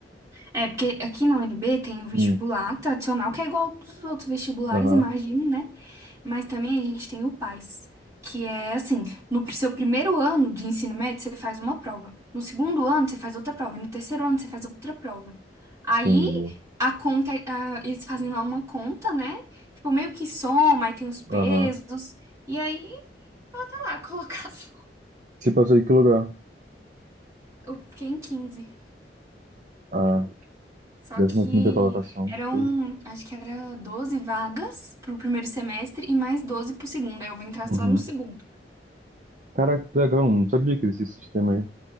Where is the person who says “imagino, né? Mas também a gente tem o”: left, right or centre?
Right